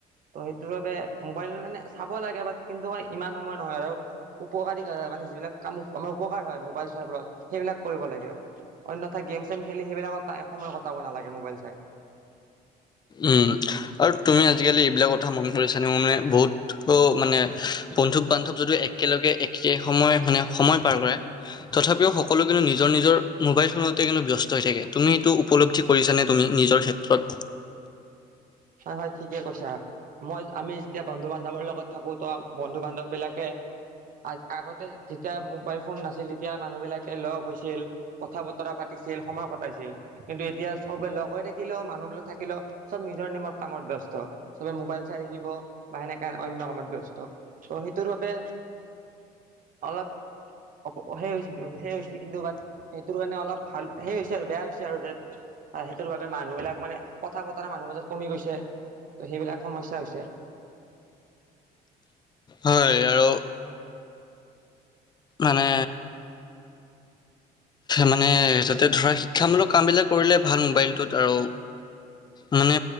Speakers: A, on the right; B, on the left.
A: ত' সেইটো বাবে মোবাইল মানে চাব লাগে বাট কিন্তু ইমান সময় নহয় আৰু। উপকাৰী ধৰা মানে যিবিলাক কাম আমাৰ উপকাৰ হয় মোবাইল চোৱাৰ ফলত সেইবিলাক কৰিব লাগে। অন্যথা গেম চেম খেলি সেইবিলাকত সময় কটাব নালাগে মোবাইল চাই।
B: উম। আৰু তুমি আজিকালি এইবিলাক কথা মন কৰিছানে মানে বহুত মানে বন্ধু বান্ধৱ যদিও একে একেলগে একে সময় মানে সময় পাৰ কৰে। তথাপিও সকলো কিন্তু নিজৰ, নিজৰ মোবাইল ফোনতে কিন্তু ব্যস্ত হৈ থাকে তুমি সেইটো উপলব্ধি কৰিছানে তুমি নিজৰ ক্ষেত্ৰত।
A: হয়, হয় ঠিকে কৈছা। মই আমি যেতিয়া বন্ধু বান্ধৱৰ লগত থাকো ত' বন্ধু বান্ধৱ বিলাকে আ-আগতে। যেতিয়া মোবাইল ফোন নাছিল তেতিয়া মানুহ বিলাকে লগ হৈছিল। কথা বতৰা পাতিছিল সময় কটাইছিল। কিন্তু এতিয়া চবে লগ হৈ থাকিলেও মানুহবিলাক থাকিলেও চব নিজৰ নিমত কামত ব্যস্ত চবে মোবাইল চাই থাকিব বা সেনেকে অন্য কামত ব্যস্ত। ত' সেইটোৰ বাবে অলপ। অ সেই সে হৈছে কিন্তু বাট সেইটোৰ কাৰণে অলপ ভাল সেই হৈছে আৰু বেয়া হৈছে আৰু যে। আৰু সেইটোৰ বাবে মানুহ বিলাক মানে কথা বতৰা মানুহৰ মাজত কমি গৈছে ত' সেইবিলাক সমস্যা হৈছে।
B: হয় আৰু। মানে। মানে তাতে ধৰা শিক্ষামূলক কাম বিলাক কৰিলে ভাল মোবাইলটোত আৰু।
A: <inaudible>
B: মানে